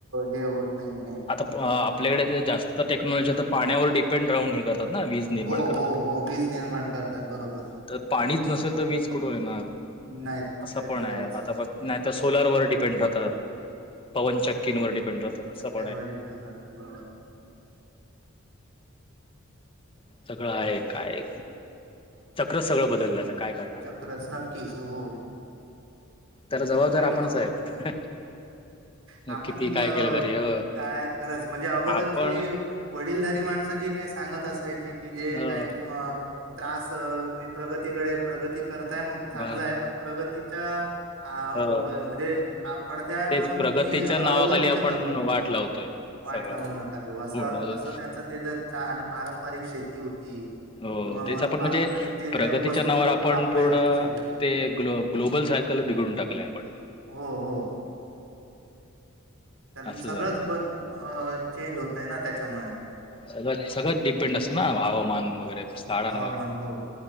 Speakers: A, on the right; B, on the left.
A: हे. नाहीये
B: आता आपल्याकडे जास्त टेक्नॉलॉजी आता पाण्यावर ग्रे पेंट डाऊन हे करतात ना वीज
A: हो,
B: निर्माण करतात
A: हो, हो. वीज निर्माण करतायत बरोबर.
B: त पाणीच नसेल तर विज. वीज कुठून येणार
A: नाही
B: असं
A: ते
B: पण
A: तर
B: आहे
A: आहेच.
B: आता फक्त नाही सोलार व डिपेंड राहतात. पवन चक्कींवर डिपेंड राहतात त.
A: डीपेंड राहत बरोबर.
B: सगळं आहे काय. चक्रच सगळं बदललंच काय करणार.
A: चक्रच नक्कीच हो.
B: त्याला जबाबदार
A: कारण
B: आपणच
A: होत
B: आहेत.
A: आपण
B: किती काय केलं तरी अ
A: काय खरच म्हणजे अगोदरची
B: आपण
A: वडीलधारी माणसं जी का सांगत असायची की जे
B: अ
A: काही त्रास तुम्ही प्रगतीकडे प्रगती करताय चांगलं
B: अ
A: आहे पण प्रगतीच्या आ होय
B: अ
A: म्हणजे पडद्याड
B: तेच
A: राहून
B: प्रगतीच्या
A: तुम्ही अधोगती
B: नावाखाली आपण
A: नका करू.
B: वाट लावतोय
A: वाट
B: सगळं.
A: लावू नका घे असं
B: पूर्ण
A: असं त्यांच ते जे पारंपारिक शेती होती.
B: हो
A: किंवा
B: तेच
A: मग
B: आपण
A: पारंपरिक
B: म्हणजे
A: जे
B: प्रगतीच्या
A: काही वस्तू
B: नावावर
A: लोक
B: आपण
A: वापरायचे
B: पूर्ण ते गो ग्लोबल सायकल बिघडून. टाकलं आपण.
A: हो हो कारण
B: असं
A: सगळंच
B: झालंय.
A: ब चेंज होतय ना त्याच्यामुळे
B: सगळ सगळत डिपेंड असतो ना हवामान वगैरे झाडांवर.
A: हवामान हो